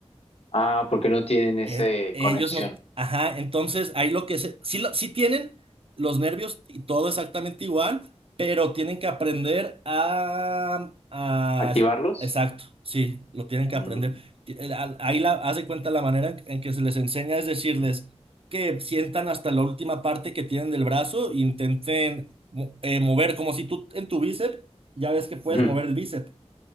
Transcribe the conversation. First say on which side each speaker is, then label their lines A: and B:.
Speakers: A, on the left; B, on the right.
A: Ah, porque no tienen esa
B: Eh, ellos
A: conexión.
B: no. Ajá, entonces ahí lo que se. Sí, lo- sí tienen los nervios y todo exactamente igual, pero tienen que aprender a. a-
A: ¿Activarlos?
B: exacto, sí, lo tienen
A: Mm,
B: que aprender. Ti- el- al- Ahí la, haz de cuenta la manera en que se les enseña es decirles que sientan hasta la última parte que tienen del brazo e intenten mo- eh, mover, como si tú en tu bíceps, ya ves que puedes
A: ujú,
B: mover el bíceps.